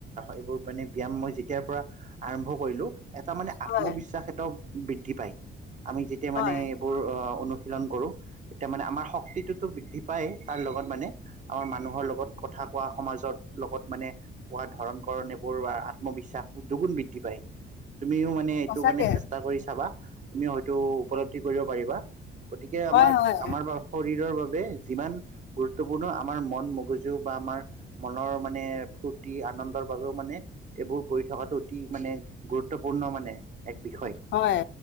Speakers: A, on the right; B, on the left.
A: এইবোৰ মানে ব্যায়াম মই যেতিয়াৰ পৰা আৰম্ভ কৰিলোঁ। এটা মানে আত্মবিশ্বাস
B: হয়,
A: এটাও বৃদ্ধি পায় আমি যেতিয়া
B: হয়,
A: মানে। বোৰ অ অনুশীলন কৰোঁ তেতিয়া মানে আমাৰ শক্তিটোতো বৃদ্ধি পায় তাৰ লগত মানে। আমাৰ মানুহৰ লগত কথা কোৱা সমাজত লগত মানে। কোৱা ধৰণ কৰণ এইবোৰ আ-আত্মবিশ্বাস দুগুণ বৃদ্ধি পায় তুমিও মানে এইটো
B: সঁচাকে।
A: মানে চেচ ষ্টা কৰি চাবা তুমি হয়তো উপলব্ধি কৰিব পাৰিবা গতিকে
B: হয়,
A: আমাক
B: হয়,
A: আমাৰ বা শৰীৰৰ বাবে যিমান গুৰুত্বপূৰ্ণ আমাৰ মন মগজু বা আমাৰ। মনৰ মানে ফূৰ্তি আনন্দৰ বাবেও মানে। এইবোৰ কৰি থকাটো অতি মানে গুৰুত্বপূৰ্ণ মানে এক বিষয়।
B: হয়